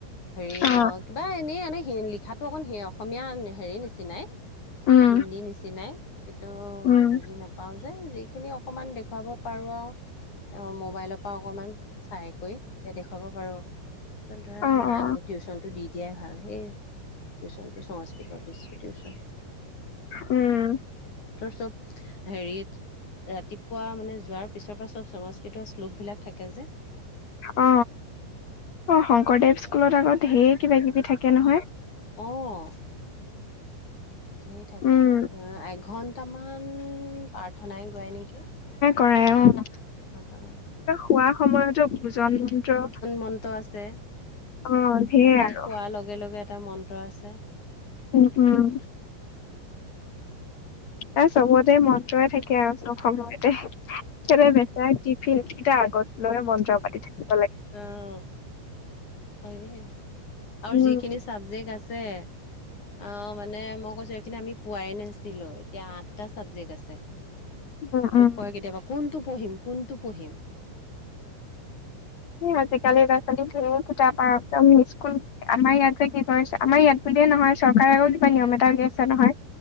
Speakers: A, on the left; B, on the left.
A: হেৰি
B: অ
A: কিবা এনেই এনে লিখাতটো অকণ স <inaudible> আন হেৰি নিচিনাই,
B: উম
A: হিন্দী নিচিনাই কিন্তু
B: উম
A: মই বুজি নাপাও। যে যিখিনি অকমান দেখুৱাব পাৰো আৰু। অ মোবাইলৰ পৰা অকণমান চাই কৰি এতিয়া দেখুৱাব পাৰোঁ। ত ধৰা
B: অ
A: নাই
B: অ
A: বোলো টিউচনটো দি দিয়াই ভাল। সেই টিউচন সংস্কৃতৰ দিছোঁ টিউছন।
B: উম।
A: চব হেৰিত ৰাতিপুৱা মানে যোৱাৰ পিছৰ পৰা চব সংস্কৃত শ্লোক বিলাক থাকে যে।
B: অ, অ শংকৰদেৱ স্কুলত আগত ধেই কিবা কিবি থাকে নহয়?
A: অ'। ধেই থাকে,
B: উম
A: এঘন্টামান প্ৰাৰ্থনাই গোৱাই নেকি?
B: কৰাই অহ।
A: এঘণ্টামান।
B: কোৱা সময়তো ভোজন মন্ত্ৰ,
A: মন্ত্ৰ আছে
B: অ ধেৰ
A: ৰাতি
B: আৰু।
A: শোৱাৰ লগে লগে এটা মন্ত্ৰ আছে
B: উম উম। ত চবতে মন্ত্ৰই থাকে আৰু চব সময়তে কে <inaudible> ফিল কেইটা আগত লৈ মন্ত্ৰ পাতি থাকো।
A: আহ হয়ে। আৰু
B: উম
A: যিখিনি চাবজেক্ট আছে, অ মানে মই কৈছো সেইখিনি আমি পোৱাই নাছিলো, এতিয়া আঠটা চাবজেক্ট আছে।
B: উম
A: মোক
B: উম
A: কয় কেতিয়াবা কোনটো পঢ়িম কোনটো পঢ়িম?
B: আজিকালি ল'ৰা ছোৱালী ধেই কিতাপ পাই, একদম স্কুল আমাৰ ইয়াত যে কি কৰিছে, আমাৰ ইয়াত বুলিয়ে নহয়। নয় চৰকাৰে আকৌ কিবা নিয়ম এটা উল আছে নহয়